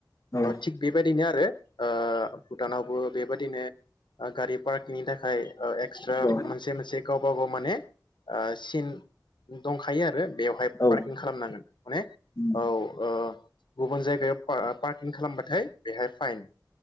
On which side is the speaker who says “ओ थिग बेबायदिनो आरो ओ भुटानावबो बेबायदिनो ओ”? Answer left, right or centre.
Left